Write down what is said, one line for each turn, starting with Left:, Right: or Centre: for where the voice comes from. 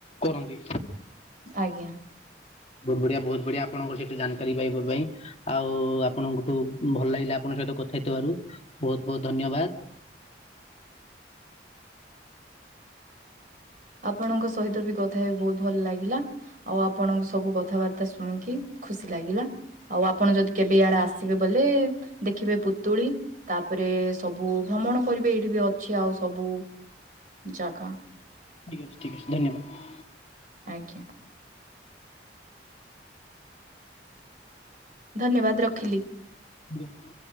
Left: କରନ୍ତି।
Right: ଆଜ୍ଞା।
Left: ବହୁତ ବଢିଆ ବହୁତ ବଢିଆ ଆପଣଙ୍କର ସେଇଠୁ ଜାନକାରୀ ପାଇବା ପାଇଁ ଆଉ ଆପଣଙ୍କଠୁ ଭଲ ଲାଗିଲା ଆପଣଙ୍କ ସହିତ କଥା ହେଇଥିବାରୁ ବହୁତ ବହୁତ ଧନ୍ୟବାଦ।
Right: ହ ଆପଣଙ୍କ ସହିତ ବି କଥା ହେଇ ବହୁତ ଭଲ ଲାଗିଲା ଆଉ ଆପଣଙ୍କ ସବୁ କଥାବାର୍ତ୍ତା ଶୁଣିକି ଖୁସି ଲାଗିଲା। ଆଉ ଆପଣ ଯଦି କେବେ ଇଆଡେ ଆସ ସିବେ ବୋଲେ ଦେଖିବେ ପୁତୁଳି। ତାପରେ ସବୁ ଭ୍ରମଣ କରିବେ ଏଇଠି ବି ଅଛି ଆଉ ସବୁ ଜାଗା।
Left: ଠିକ୍ ଅଛି ଠିକ ଅଛି ଧନ୍ୟବାଦ।
Right: ଆଜ୍ଞା। ଧନ୍ୟବାଦ ରଖିଲି।
Left: ଆଜ୍ଞା।